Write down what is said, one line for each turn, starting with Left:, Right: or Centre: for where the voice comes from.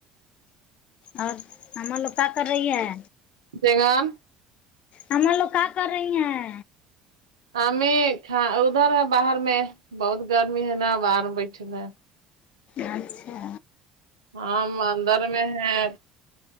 Left: اور ہمارے لوگ کیا کر رہی ہے
Right: بیگم
Left: ہمارے لوگ کا کر رہی ہیں
Right: ہمیں ادھر ہے باہر میں بہت گرمی ہے نا باہر بیٹھے ہے
Left: اچھا
Right: ہم اندر میں ہیں